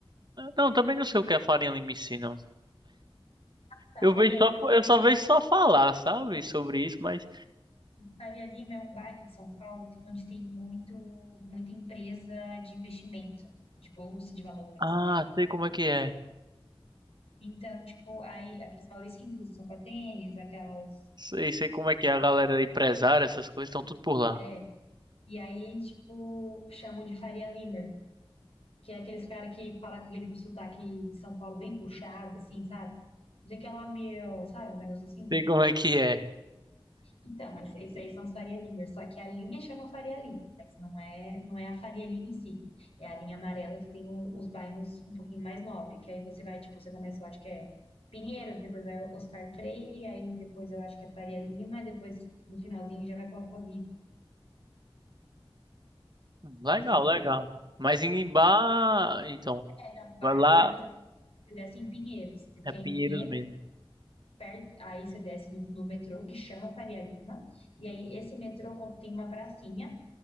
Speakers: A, on the right; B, on the left.
A: Não, também não sei o que a farinha limicina. ensina
B: Tá,
A: Eu
B: Faria
A: vejo só,
B: Lima,
A: eu só vejo só falar, sabe, sobre isso, mas
B: Faria Lima é um bairro de São Paulo onde tem muito, muita empresa de investimento, de bolsa de valores.
A: ah, sei como é que é.
B: Então, tipo, aí aqueles mauricinhos que usam sapatênis, aquelas.
A: Sei, sei como é que é a galera empresária, essas coisas estão tudo por lá.
B: É, e aí, tipo, chamam de Faria Limer, que é aqueles cara que fala com aquele sotaque de São Paulo bem puxado, assim, sabe? Dizer que é lá meu, sabe? Um negócio assim.
A: Sei como é que é.
B: Então, mas isso aí são os Faria Limers, só que a linha chama Faria Lima, mas não é, não é a Faria Lima em si. É a linha amarela que tem o- os bairros um pouquinho mais nobre, que aí você vai, tipo, você começa, eu acho que é Pinheiro, depois vai Oscar Freire, aí depois eu acho que é Faria Lima, depois no finalzinho já vai para Alphaville.
A: Legal,
B: Mas você não
A: legal.
B: vai.
A: Mas em Imbá, então,
B: É, na Bar,
A: vai lá
B: Bar você desce em Pinheiros, porque
A: é
B: é
A: Pinheiros
B: em Pinheiros,
A: mesmo.
B: perto, aí você desce no, no metrô que chama Faria Lima, e aí esse metrô con- tem uma pracinha.